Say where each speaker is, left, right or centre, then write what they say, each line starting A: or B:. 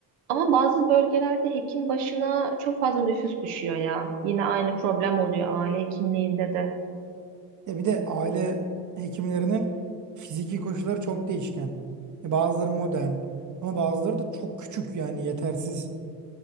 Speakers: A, on the right (about 80°); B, on the right (about 40°).
A: Ama bazı bölgelerde hekim başına çok fazla nüfus düşüyor ya. Yine aynı problem oluyor aile hekimliğinde de.
B: Ya bir de aile hekimlerinin fiziki koşulları çok değişken. Ya bazıları modern ama bazıları da çok küçük yani yetersiz.